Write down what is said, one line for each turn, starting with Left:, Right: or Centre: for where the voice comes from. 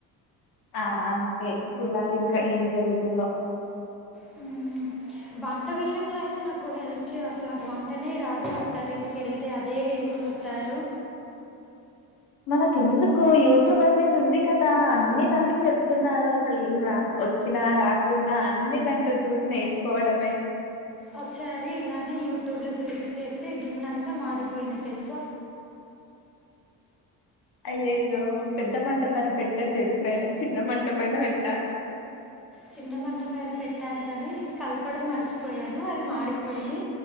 Left: ఆ అంతే చూడాలి ఇంక ఏం జరుగుతుందో
Centre: హమ్ వంట విషయంలో అయితే నాకు హెల్ప్ చే అసలు నాకు వంటనే రాదు అత్తారింటికి వెళ్తే అదే చూస్తారు
Left: మనక ఎందుకు యూట్యూబ్ అనేది ఉంది కదా అన్ని దాంట్లో చెప్తున్నారు అసలు ఏం రా వచ్చినా రాకున్నా అన్ని దాంట్లో చూసి నేర్చుకోవడమే
Centre: ఒకసారి ఇలానే యూట్యూబ్ లో చూసి చేస్త తే గిన్నెంత మాడిపోయింది తెలుస
Left: అయ్యయ్యో పెద్ద మంట పైన పెట్టద్దు ఎప్పుడైనా చిన్న మంట పైన పెట్టాలి
Centre: చిన్నమంట పైన పెట్టాను కాని కలపడం మర్చిపోయాను అది మాడిపోయింది